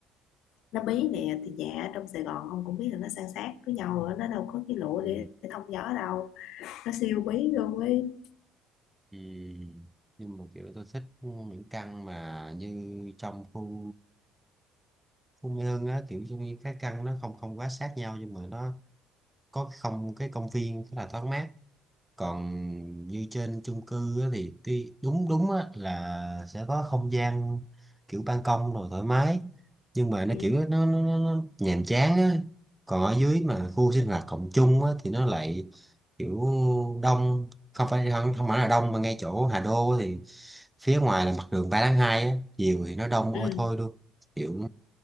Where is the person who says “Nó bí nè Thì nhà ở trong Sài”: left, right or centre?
Left